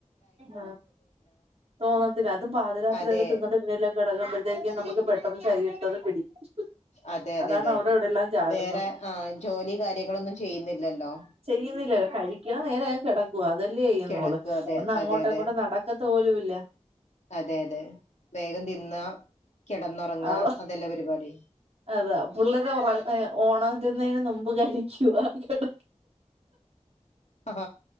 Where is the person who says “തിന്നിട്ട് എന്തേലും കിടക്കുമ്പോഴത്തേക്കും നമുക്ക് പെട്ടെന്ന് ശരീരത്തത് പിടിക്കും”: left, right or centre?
Right